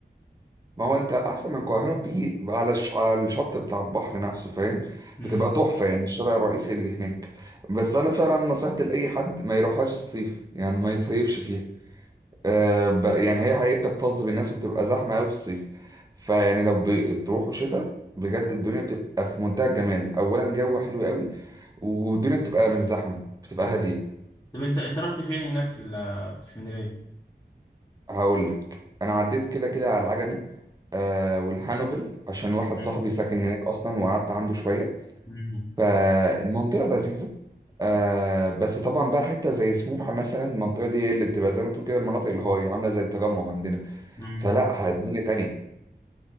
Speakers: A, on the right (about 20°); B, on the left (about 25°).
A: ما هو انت احسن من القاهره بيه على الش- على الشط بتاع البحر نفسه فاهم
B: امم
A: بتبقى تحفه يعني الشارع الرئيسي اللي هناك بس انا فعلا نصيحتي لاي حد ما يروحهاش الصيف يعني ما يصيفش فيها آه ب- يعني هي حقيقة بتكتظ بالناس وبتبقى زحمه قوي في الصيف فيعني لو ب- تروحوا شتاء بجد الدنيا بتبقى في منتهى الجمال اولا جو حلو قوي والدنيا بتبقى مش زحمه بتبقى هاديه
B: طب انت انت رحت فين هناك في ال- في اسكندريه
A: هقول لك انا عديت كده كده على العجمي آه والهانوفل عشان واحد
B: امم
A: صاحبي ساكن هناك اصلا وقعدت عنده شويه
B: امم
A: فالمنطقة لذيذة آه بس طبعا بقى حتة زي سموحة مثلا المنطقة دي هي اللي بتبقى زي ما تقول كده المناطق الهاي عاملة زي التجمع عندنا
B: امم
A: فلا اه الدنيا تانية